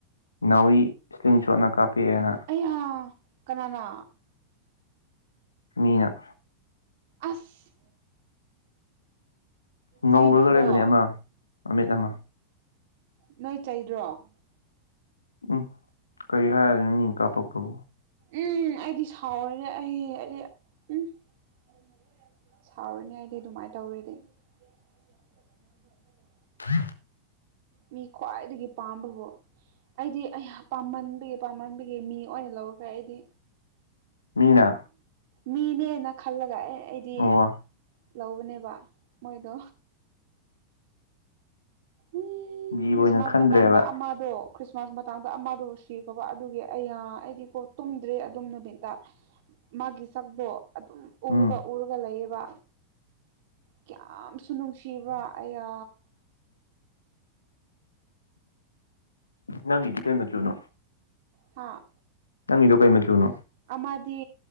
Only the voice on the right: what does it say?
ꯑꯩꯌꯥ ꯀꯅꯥꯅ
ꯑꯁ
ꯆꯩꯗ꯭ꯔꯣꯗꯣ
ꯅꯣꯏ ꯆꯩꯗ꯭ꯔꯣ
ꯎꯝ ꯑꯩꯗꯤ ꯁꯥꯎꯔꯤꯅ‌ꯦ ꯑꯩ ꯑꯩ ꯎꯝ <unintelligible> ꯁꯥꯎꯔꯅꯤ ꯑꯩꯗꯤ ꯑꯗꯨꯃꯥꯏꯅ ꯇꯧꯔꯗꯤ <unintelligible>
ꯃꯤ ꯈꯋꯥꯏꯗꯒꯤ ꯄꯥꯝꯕꯕꯨ ꯑꯩꯗꯤ ꯑꯩꯌꯥ ꯄꯥꯝꯃꯟꯕꯒꯤ ꯄꯥꯝꯃꯟꯕꯒꯤ ꯃꯤ ꯑꯣꯏꯅ ꯂꯧꯈꯔ‌ꯦ ꯑꯩꯗꯤ
ꯃꯤꯅꯦꯅ ꯈꯜꯂꯒ ꯑꯦ ꯑꯩꯗꯤ
ꯂꯧꯕꯅꯦꯕ ꯃꯣꯏꯗꯣ ꯎꯝ
ꯈ꯭ꯔꯤꯁꯃꯥꯁ
ꯃꯇꯥꯡꯗ ꯑꯃꯗꯣ ꯃꯇꯥꯡꯗ ꯑꯃꯗ‌ꯣ ꯁꯤꯈꯔꯕ ꯑꯗꯨꯒꯤ ꯑꯩꯌꯥ ꯑꯩꯗꯤꯀꯣ ꯇꯨꯝꯗ꯭ꯔꯦ ꯑꯗꯨꯝ ꯅꯨꯃꯤꯠꯇ ꯃꯥꯒꯤ ꯆꯥꯛꯗ‌ꯣ ꯑꯗꯨꯝ
ꯎꯔꯒ ꯎꯔꯒ ꯂꯩꯌꯦꯕ ꯀꯌꯥꯝꯁꯨ ꯅꯨꯡꯁꯤ ꯅꯨꯡꯁꯤꯕꯔ ꯑꯌꯥ
ꯍꯥꯥ
ꯑꯃꯗꯤ